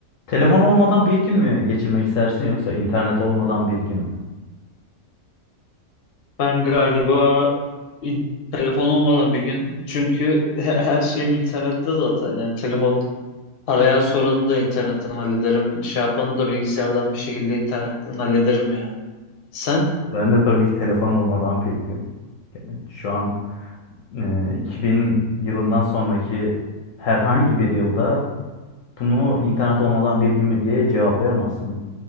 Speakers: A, on the left; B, on the left.
A: Telefon olmadan bir gün mü geçirmek istersin yoksa internet olmadan bir gün mü?
B: Ben galiba in- telefon olmadan bir gün çünkü he- her şeyim internette zaten yani telefon arayan sorunu da internetten hallederim şey yapanı da bilgisayardan bir şekilde internetten hallederim ya. Sen?
A: Ben de tabii ki telefon olmadan bir gün. Şu an e, 2000 yılından sonraki herhangi bir yılda bunu internet olmadan bir gün mü diye cevaplayamazsın.